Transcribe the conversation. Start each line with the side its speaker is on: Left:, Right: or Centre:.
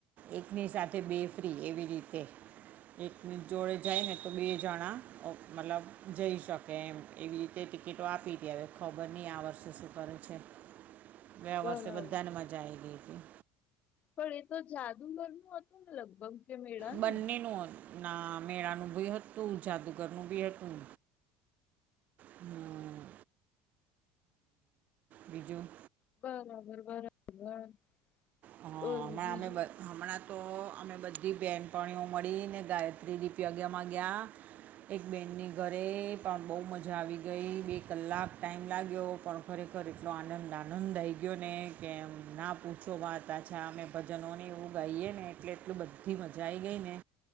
Right: એકની સાથે બે ફ્રી એવી રીતે. એકની જોડે જાય ને તો બે જણા મતલબ જઈ શકે એમ. એવી રીતે ટિકિટો આપી ગયા હવે ખબર નહી આ વર્ષે શું કરે છે. ગયા
Left: બરાબર
Right: વર્ષે બધાને મજા આવી ગઈતી.
Left: પણ એ તો જાદુગરનું હતું ને લગભગ? કે મેળાનું
Right: બંનેનું હતું ના મેળાનું બી હતું, જાદુગરનું બી હતું. હમ હમ. બીજું?
Left: બરાબર બરાબર.
Right: હ..
Left: બોલો
Right: ના
Left: બીજું
Right: અમે બધ હમણાં તો અમે બધી બહેનપણીઓ મળી ને ગાયત્રી દીપ યજ્ઞમાં ગયા એક બેનની ઘરે પણ બહુ મજા આવી ગઈ. બે કલાક ટાઈમ લાગ્યો પણ ખરેખર એટલો આનંદ આનંદ આવી ગયો ને કે ના પૂછો વાત. પાછા અમે ભજનો ને એવું ગાઈએ ને એટલે એટલું બધી મજા આવી ગઈ ને